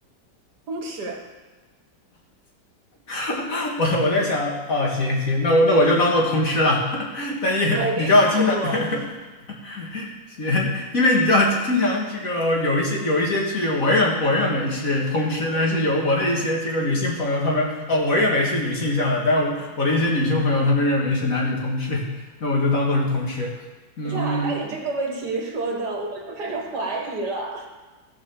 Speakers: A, on the right; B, on the left.
A: 通吃。
B: <laughs> 我我在想，哦，行行，那我那我就当做通吃了。<laughs> 但也你知道，
A: 肯定看过
B: 经常 <laughs> 行，因为你知道，经常这个有一些有一些剧，我认我认为是通吃，但是有我的一些这个女性朋友，她们哦，我认为是女性向的，但我我的一些女性朋友，她们认为是男女通吃，<laughs> 那我就当做是通吃。嗯，
A: 哎呀，但你这个问题说的，我就开始怀疑了。